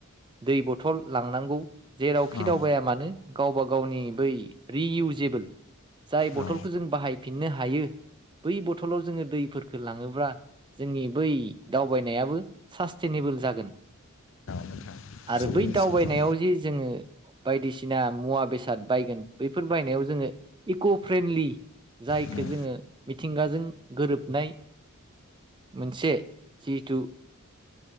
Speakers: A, on the right; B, on the left.
A: दै बथल लांनांगौ जेरावखि
B: औ
A: दावबायाया मानो गावबा गाव गावनि बै रियउजेबोल जाय बथलखौ
B: औ
A: जों बाहायफिननो हायो बै बथलाव जोङो दैफोरखौ लाङोब्ला जोंनि बै दावबायनायाबो सास्टेनेबोल जागोन
B: नोंथां
A: आरो
B: थिगैनो
A: बै दावबायनायाव
B: सैथो
A: जे जोङो बायदिसिना मुवा बेसाद बायगोन बैफोर बायनायाव जोङो इक' फ्रेन्डलि जायखौ
B: औ
A: जोङो मिथिंगाजों गोरोबनाय मोनसे जिथु